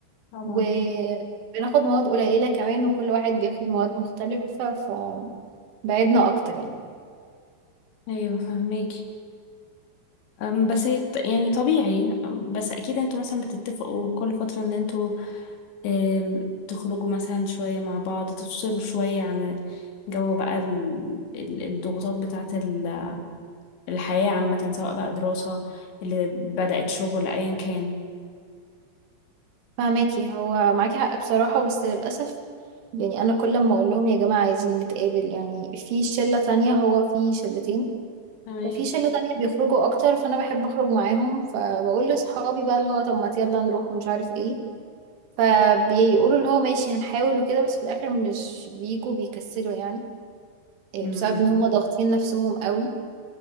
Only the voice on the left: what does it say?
طبعا
ايوه فهميكي أم، بس هي بت- يعني طبيعي أم، بس اكيد انتوا مثلا بتتفقوا كل فترة ان انتوا آم، تخرجوا مثلا شوية مع بعض تفصلوا شوية عن جو بقى ال- ال- الضغوطات بتاعة ال- الحياة عامة سواء بقى دراسة اللي بدأت شغل أيا كان
تمام
مم.